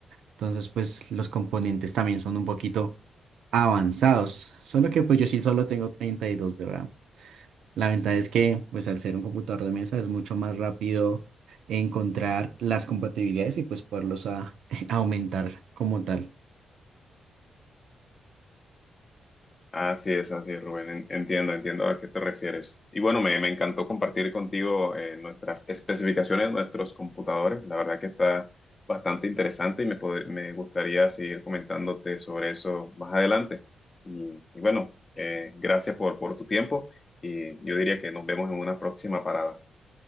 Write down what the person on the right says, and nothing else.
Entonces pues los componentes también son un poquito avanzados. Solo que pues yo sí solo tengo 32 de RAM. La ventaja es que, pues al ser un computador de mesa, es mucho más rápido encontrar las compatibilidades y pues poderlos a- <laughs> aumentar como tal.